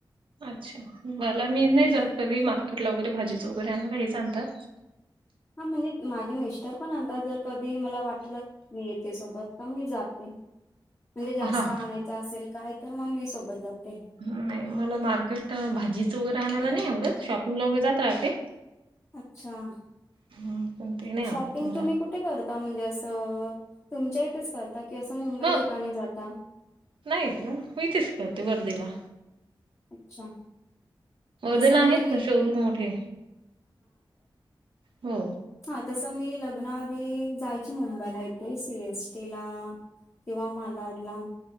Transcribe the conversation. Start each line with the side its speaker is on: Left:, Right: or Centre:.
Right: अच्छा, मला मी नाही
Left: हम्म.
Right: जात कधी मार्केटला वगैरे भाजीचं वगैरे आणायला हेच आणतात.
Left: हां म्हणजे माझे मिस्टर पण आणतात, जर कधी मला वाटलं- मी येेते सोबत, तर मी जाते. म्हणजे जास्त
Right: मला
Left: आणायच असेल काय, तर मम्मी सोबत जाते.
Right: नाही, मला मार्केट भाजीचं वगैरे आणायला नाही आवडत शॉपिंगला वगैरे जात राहते.
Left: अच्छा...
Right: हं पण ते नाही
Left: शॉपिंग
Right: आवडत मला.
Left: तुम्ही कुठे करता म्हणजे असं तुमच्या इथेच करता की असं मुंबई
Right: ह
Left: ठिकाणी जाता?
Right: नाही मी इथेच करते वर्दीला.
Left: अच्छा!
Right: वर्धेला
Left: तसं
Right: आहेत
Left: मी
Right: ना शोरूम मोठे. हो.
Left: हां तसं मी लग्ना आधी, जायची मुंबईला इथे सीएसटी ला- किंवा मालाडला,